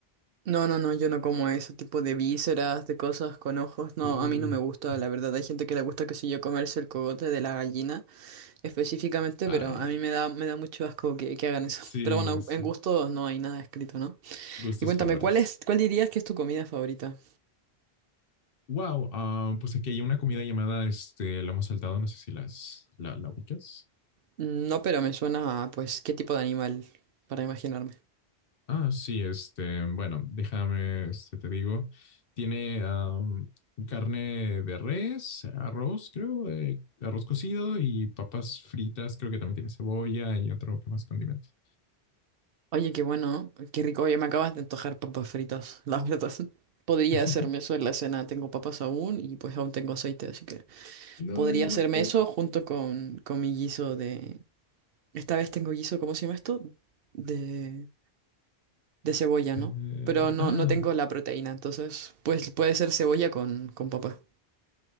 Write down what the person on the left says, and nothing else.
uh.
Ay,
sí,
sí.
Gustos
colores.
Wow, ah, pues aquí hay una comida llamada este lomo saltado, no sé si las la, la ubicas.
Ah, sí, este, bueno, déjame, este, te digo, tiene am, carne de res, arroz, creo, eh, arroz cocido y papas fritas, creo que también tiene cebolla y otro que más condimentos.
<laughs>
No,
yo
no puedo.
Eh,
ah,